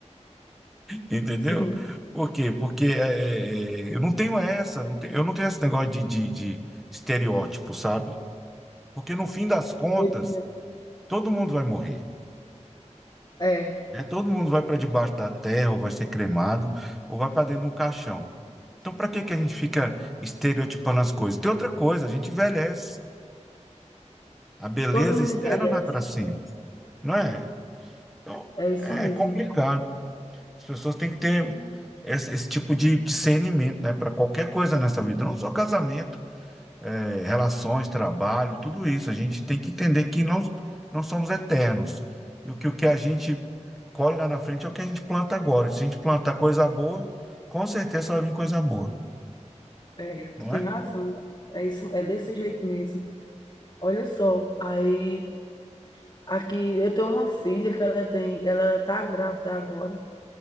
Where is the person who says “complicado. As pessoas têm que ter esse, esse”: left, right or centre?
Centre